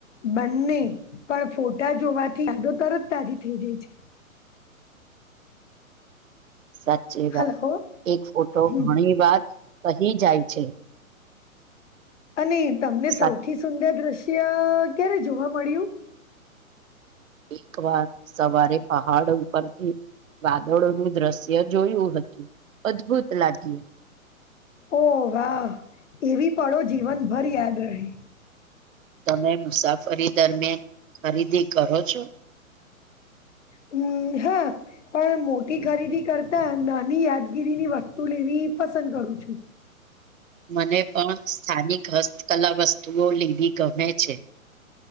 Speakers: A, on the left; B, on the right.
A: બંને પણ ફોટા જોવાથી દો તરત તાજી થઈ જાય છે.
B: સાચી વાત,
A: હલો
B: એક ફોટો
A: હમ
B: ઘણી વાર કહી જાય છે.
A: અને તમને
B: સાચ
A: સૌથી સુંદર દ્રશ્ય ક્યારે જોવા મળ્યું?
B: એક વાર સવારે પહાડ ઉપરથી વાદળોનું દ્રશ્ય જોયું હતું, અદ્ભુત લાગ્યું.
A: ઓ વાહ એવી પણો જીવન ભર યાદ રે
B: તમે મુસાફરી દરમિયાન ખરીદી કરો છો?
A: હમ્મ હા પણ મોટી ખરીદી કરતા નાની યાદગીરીની વસ્તુ લેવી પસંદ કરું છું,
B: મને પણ સ્થાનિક હસ્તકલા વસ્તુઓ લેવી ગમે છે,